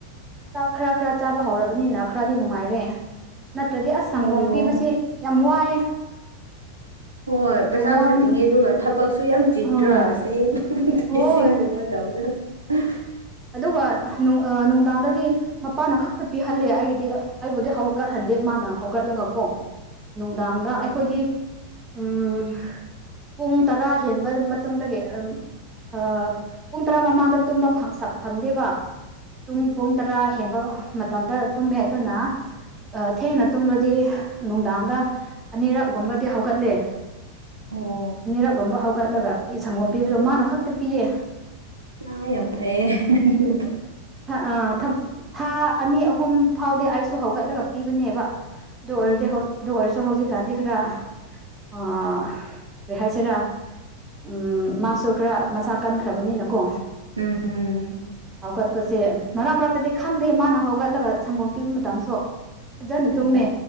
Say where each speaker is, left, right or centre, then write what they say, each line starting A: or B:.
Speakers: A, on the right (about 15°); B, on the right (about 80°).
A: ꯆꯥꯛ ꯈꯔ ꯈꯔ ꯆꯥꯕ ꯍꯧꯔꯕꯅꯤꯅ ꯈꯔꯗꯤ ꯅꯨꯡꯉꯥꯢꯔꯦ꯫ ꯅꯠꯇ꯭ꯔꯗꯤ ꯑꯁ ꯁꯪꯒꯣꯝ
B: ꯑꯣ
A: ꯄꯤꯕꯁꯤ ꯌꯥꯝ ꯋꯥꯢꯌꯦ
B: ꯍꯣꯢ ꯄꯩꯁꯥꯁꯨ
A: ꯋꯥꯕꯅꯤ
B: ꯇꯤꯡꯉꯦ ꯑꯗꯨꯒ ꯊꯕꯛꯁꯨ ꯌꯥꯝ ꯆꯤꯟꯗ꯭ꯔꯥ
A: ꯍꯣꯏ
B: ꯑꯁꯦꯡꯕꯗ
A: ꯍꯣꯏ
B: ꯏꯁꯤꯡꯒꯨꯝꯕ ꯇꯧꯒꯗ <unintelligible>
A: ꯑꯗꯨꯒ ꯍꯥ ꯅꯨ ꯑ ꯅꯨꯡꯗꯥꯡꯗꯗꯤ ꯃꯄꯥꯅ ꯈꯛꯇ ꯄꯤꯍꯜꯂꯦ ꯑꯩꯒꯤꯗꯤ ꯑꯩꯕꯨꯗꯤ ꯍꯧꯒꯠꯍꯟꯗꯦ ꯃꯥꯅ ꯍꯧꯒꯠꯂꯒ ꯀꯣ꯫ ꯅꯨꯡꯗꯥꯡꯗ
B: ꯑꯣ
A: ꯑꯩꯈꯣꯢꯗꯤ ꯎꯝ꯫ ꯄꯨꯡ ꯇꯔꯥ ꯍꯦꯟꯕ ꯃꯇꯨꯡꯗꯒꯤ ꯑꯝ ꯑ ꯄꯨꯡ ꯇꯔꯥ ꯃꯃꯥꯡꯗ ꯇꯨꯝꯕ ꯐꯪ ꯁ ꯐꯪꯗꯦꯕ ꯄꯨꯡ
B: ꯎꯝ
A: ꯄꯨꯡ ꯇꯔꯥ ꯍꯦꯟꯕ ꯃꯇꯝꯗ ꯇꯨꯝꯃꯦ ꯑꯗꯨꯅ ꯑ ꯊꯦꯡꯅ ꯇꯨꯝꯔꯗꯤ ꯅꯨꯡꯗꯥꯡꯗ ꯑꯅꯤꯔꯛꯒꯨꯝꯕꯗꯤ ꯍꯧꯒꯠꯂꯦ
B: ꯑꯣ
A: ꯑꯅꯤꯔꯛꯒꯨꯝꯕ ꯍꯧꯒꯠꯂꯒ ꯁꯪꯒꯣꯝ ꯄꯤꯕꯗꯣ ꯃꯥꯅ ꯈꯛꯇ ꯄꯤꯌꯦ
B: ꯌꯥꯏ ꯌꯥꯝ ꯐꯩꯌꯦ ꯅꯪ <unintelligible>
A: ꯊ ꯑ ꯊꯝ ꯊꯥ ꯑꯅꯤ ꯑꯍꯨꯝ ꯐꯥꯎꯗꯤ ꯑꯩꯁꯨ ꯍꯧꯒꯠꯂꯒ ꯄꯤꯕꯅꯦꯕ ꯑꯗꯨ ꯑꯣꯏꯔꯗꯤ
B: ꯎꯝ
A: ꯍꯧ ꯑꯗꯨ ꯑꯣꯏꯔꯁꯨ ꯍꯧꯖꯤꯛ ꯀꯥꯟꯗꯤ ꯈꯔ ꯑ ꯀꯔꯤꯍꯥꯏꯁꯤꯔꯥ ꯎꯝ ꯃꯥꯁꯨ ꯈꯔ ꯃꯁꯥ ꯀꯟꯈ꯭ꯔꯕꯅꯤꯅꯀꯣ
B: ꯎꯝ ꯎꯝ ꯎꯝ
A: ꯍꯧꯒꯠꯄꯁꯦ ꯃꯔꯛ ꯃꯔꯛꯇꯗꯤ ꯈꯪꯗꯦ ꯃꯥꯅ ꯍꯧꯒꯠꯂꯒ ꯁꯪꯒꯣꯝ ꯄꯤꯕ ꯃꯇꯝꯁꯨ ꯐꯖꯅ
B: ꯑꯣ
A: ꯇꯨꯝꯃꯦ